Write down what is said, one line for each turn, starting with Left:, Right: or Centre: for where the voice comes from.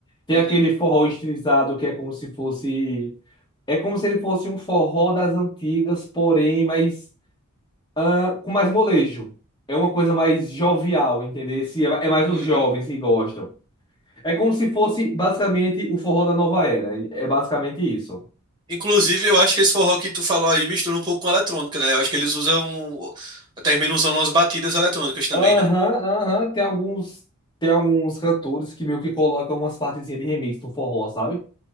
Left: Tem
Right: Uhum,
Left: aquele forró estilizado que é como se fosse, é como se ele fosse um forró das antigas, porém mais ah, com mais molejo. É uma coisa mais jovial, entendeu? Se É é mais os
Right: uhum.
Left: jovens que gostam. É como se fosse basicamente o forró da nova era. É basicamente isso.
Right: Inclusive, eu acho que esse forró que tu falou aí mistura um pouco com a eletrônica, né? Eu acho que eles usam, um, terminam usando umas batidas eletrônicas também,
Left: Aham,
Right: né?
Left: aham. Tem alguns, tem alguns cantores que meio que colocam umas partezinhas de remix no forró, sabe?